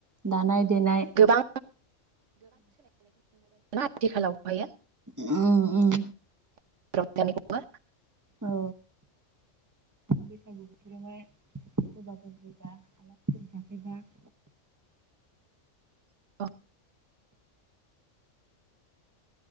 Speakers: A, on the right; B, on the right.
A: दानाय देनाय,
B: गोबां आथिखालाव हायो?
A: उम उम
B: <unintelligible>
A: औ बैसागु बोथोरावहाय सोरबाफोर फैबा आलासि फोर जाफैबा <unintelligible>
B: अ